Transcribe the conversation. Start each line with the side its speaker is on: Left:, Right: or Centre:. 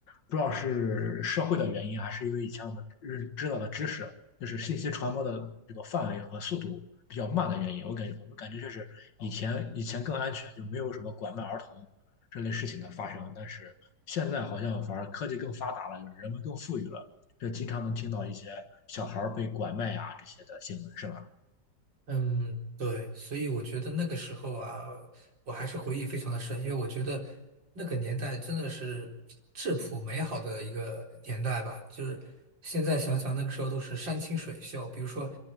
Left: 不知道是社会的原因，还是因为以前我们认知道的知识，就是信息传播的这个范围和速度比较慢的原因。我感觉我们感觉就是以前以前更安全，就没有什么拐卖儿童这类事情的发生。但是现在好像反而科技更发达了，就是人们更富裕了，这经常能听到一些小孩儿被拐卖啊这些的新闻，是吧？
Right: 嗯，对，所以我觉得那个时候啊，我还是回忆非常的深，因为我觉得那个年代真的是质朴美好的一个年代吧。就是现在想想，那个时候都是山清水秀，比如说